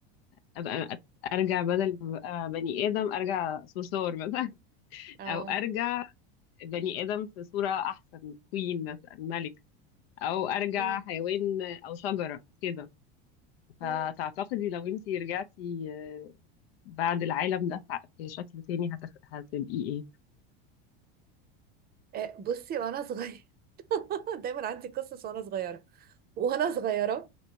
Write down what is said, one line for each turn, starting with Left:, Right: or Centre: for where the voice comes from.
Left: آه، ابقى ارجع بدل ما ابقى بني ادم ارجع صرصور مثلا <laughs>
Right: اه
Left: او ارجع بني ادم في صورة احسن كوين مثلا ملك او ارجع
Right: مم.
Left: حيوان او شجرة كده
Right: مم.
Left: فتعتقدي لو انتي رجعتي آه، بعد العالم ده ف- في شكل تاني هتخ... هتبقي ايه؟
Right: آه، بصي وانا صغيره <laughs> دايما عندي قصص وانا صغيره وانا صغيره